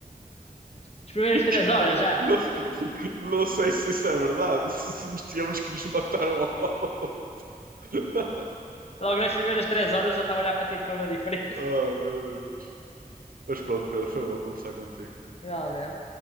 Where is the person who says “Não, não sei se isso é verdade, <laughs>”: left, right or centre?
Right